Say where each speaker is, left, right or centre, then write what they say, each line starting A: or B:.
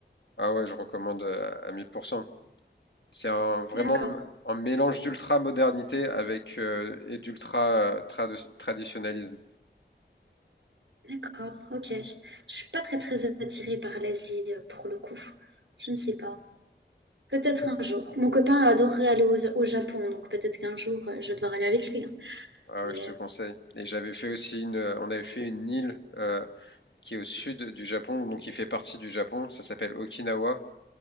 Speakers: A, on the left; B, on the right.
A: ah ouais, je recommande à, à 1000%. C'est un, vraiment
B: D'accord,
A: un mélange d'ultra-modernité avec euh, et d'ultra-traditionnalisme.
B: d'accord, ok. Je suis pas très très attirée par l'Asie euh, pour le coup. Je ne sais pas. Peut-être un jour. Mon copain adorerait aller au, au Japon, donc peut-être qu'un jour, euh, je vais devoir aller avec lui. hein.
A: Ah
B: Mais
A: ouais, je te
B: euh,
A: conseille. Et j'avais fait aussi une, euh, on avait fait une île euh, qui est au sud du Japon, donc qui fait partie du Japon. Ça s'appelle Okinawa.